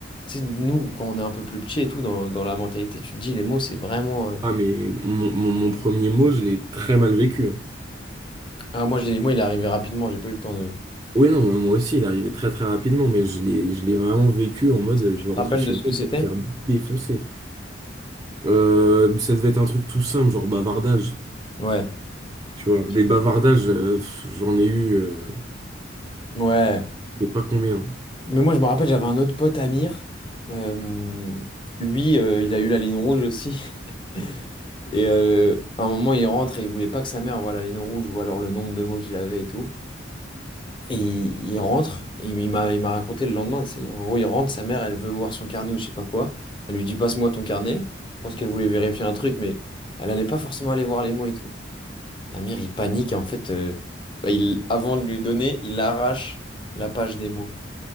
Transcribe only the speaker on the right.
Ah mais mon, mon- mon premier mot, je l'ai très mal vécu. hein.
Oui, non, moi aussi, il est arrivé très très rapidement, mais je l'ai je l'ai vraiment vécu en mode euh,
je vais
rentrer
chez
moi,
je
vais me faire défoncer. Euh, ça devait être un truc tout simple, genre bavardage,
tu vois.
Des bavardages, euh, pff, j'en ai eu euh,
des pas combien.